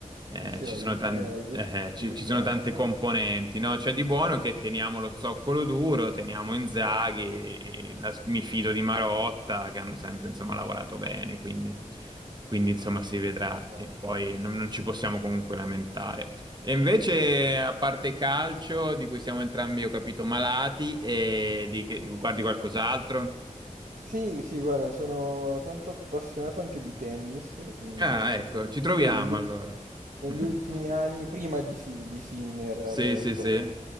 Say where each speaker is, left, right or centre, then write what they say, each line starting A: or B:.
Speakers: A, on the right; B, on the right.
A: Eh,
B: Sì, sì,
A: ci
B: la
A: sono
B: Juve,
A: tan-
B: la Juve,
A: eh, ci,
B: Juve
A: ci
B: è imbarazzante.
A: sono tante componenti, no? C'è di buono che teniamo lo zoccolo duro, teniamo Inzaghi, e la- mi fido di Marotta, che hanno sempre, insomma, lavorato bene, quindi, quindi, insomma, si vedrà
B: esatto.
A: e poi non, non ci possiamo comunque lamentare. E invece, a parte calcio, di cui siamo entrambi, ho capito, malati, e di che- guardi qualcos'altro?
B: Sì, sì, guarda, sono tanto appassionato anche di tennis, mm,
A: Ah,
B: soprattutto
A: ecco, ci troviamo
B: negli ultimi...
A: allora.
B: negli
A: <laughs>
B: ultimi anni, prima di, Si- di Sinner al,
A: Sì,
B: al
A: sì,
B: top.
A: sì.